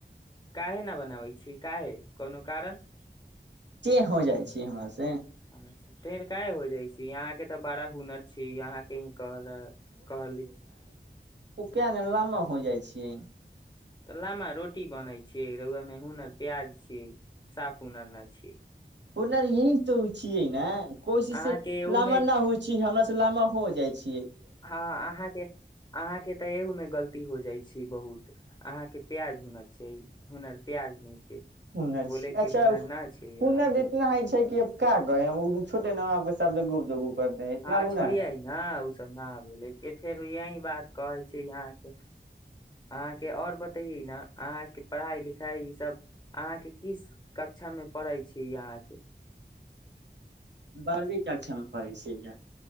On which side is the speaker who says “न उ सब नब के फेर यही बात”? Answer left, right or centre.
Left